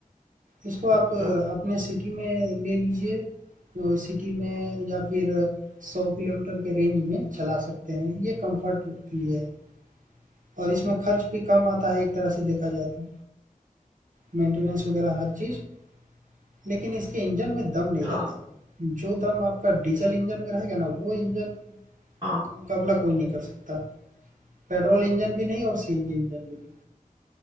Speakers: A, on the right; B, on the right.
A: इसको आप
B: अच्छा
A: अ, अपने सिटी में ले लीजिए। तो सिटी में या फिर 100 किलोमीटर के रेंज में चला सकते हैं। ये कम्फर्ट के लिए है और इसमें खर्च भी कम आता है एक तरह से देखा जाए तो। मेंटेनेंस वगैरह हर चीज़। लेकिन इसके इंजन में दम नहीं
B: हाँ
A: रहता है। जो दम आपका डीज़ल इंजन में रहेगा ना वो इंजन
B: हाँ
A: मुकाबला कोई नहीं कर सकता। पेट्रोल इंजन भी नहीं और सीएनजी इंजन भी नहीं।